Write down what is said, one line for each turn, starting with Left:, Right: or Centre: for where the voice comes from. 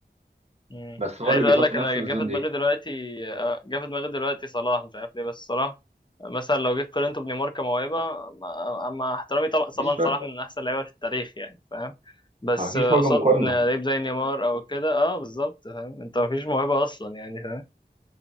Left: مم.
Right: بس هو
Left: عايز
Right: اللي بيحط
Left: اقول لك
Right: نفسه
Left: انا
Right: في الزون
Left: جه في دماغي
Right: دي
Left: دلوقتي آه، جه في دماغي دلوقتي صلاح مش عارف ليه بس صلاح مثلا لو جيت قارنته بنيمار كموهبه ما- مع احترامي طبعا
Right: مفيش
Left: طبعا صلاح
Right: فرق
Left: من احسن اللعيبه في التاريخ يعني فاهم بس
Right: مفيش
Left: آه،
Right: وجه
Left: قصاد
Right: مقارنه
Left: لعيب زي نيمار او كده اه بالظبط فاهم انت مفيش موهبه اصلا يعني فاهم